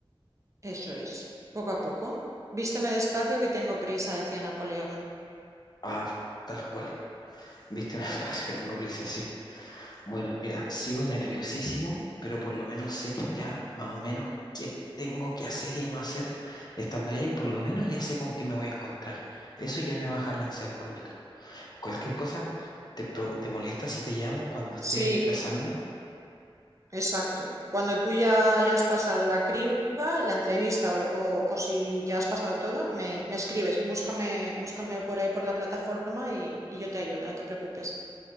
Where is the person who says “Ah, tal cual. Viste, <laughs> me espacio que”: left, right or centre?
Left